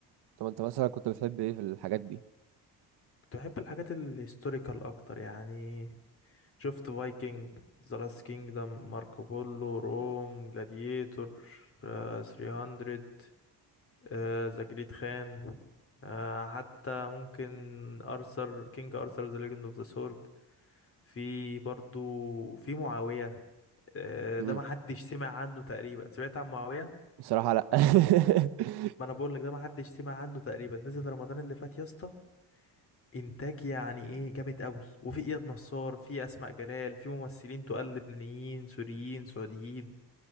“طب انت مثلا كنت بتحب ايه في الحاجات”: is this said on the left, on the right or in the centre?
Right